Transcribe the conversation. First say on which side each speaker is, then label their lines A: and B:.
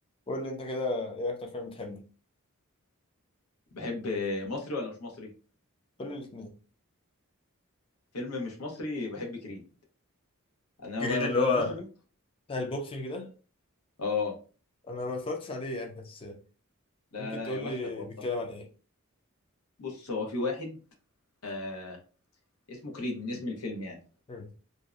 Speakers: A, on the left; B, on the left.
A: قول لي انت كده ايه اكتر فيلم بتحبه
B: بحب مصري ولا مش مصري
A: قول لي الاثنين
B: فيلم مش مصري بحب كريد انما
A: كريد
B: بقى لو
A: اللي
B: فيلم
A: هو
B: مصري
A: بتاع البوكسنج ده
B: اه
A: انا ما اتفرجتش عليه يعني بس
B: لا
A: ممكن
B: لا
A: تقول
B: يا بختك
A: لي
B: والله
A: بيتكلم عن ايه
B: بص هو في واحد آه اسمه كريد من اسم الفيلم يعني
A: مم.